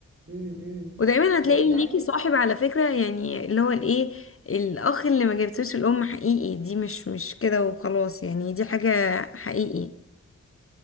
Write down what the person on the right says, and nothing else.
م.
ب-
بعد
كده